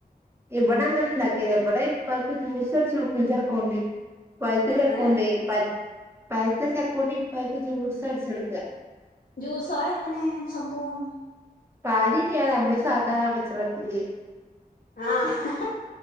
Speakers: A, on the right; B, on the left.
A: ഇവടെ അങ്ങനെ ഇണ്ടകാലില്ല ഇവിടെ ഇപ്പക്ക് ജ്യൂസ് അടിച്ചടുക്കും ചാക്കോ ണ്ടെ പഴുത്ത ചകോണ്ടെ
B: ഏഹ്
A: പ പഴത്ത ചക്കുണ്ട് ഇപ്പഴത്തെ ജ്യൂസ് അടിച്ചെടുക്കുക
B: ജ്യൂസാ ആ എങ്ങനെ സംഭവം
A: പാലിന്യ മ്മള് സാധാ പച്ചള്ളത്തില്
B: ആഹ്